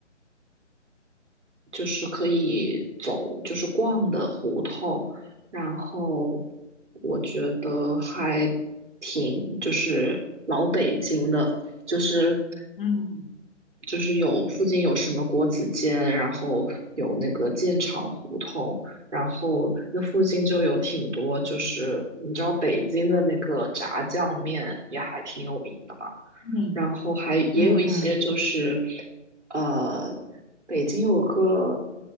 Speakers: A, on the right (about 70°); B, on the left (about 45°).
A: 就是可以走，就是逛的胡同，然后我觉得还挺就是老北京的，就是
B: 嗯
A: 就是有附近有什么国子监，然后有那个建厂胡同，然后那附近就有挺多，就是你知道北京的那个炸酱面也还挺有名的嘛。
B: 嗯
A: 然后还也有一些就是，
B: 嗯嗯
A: 呃，北京有个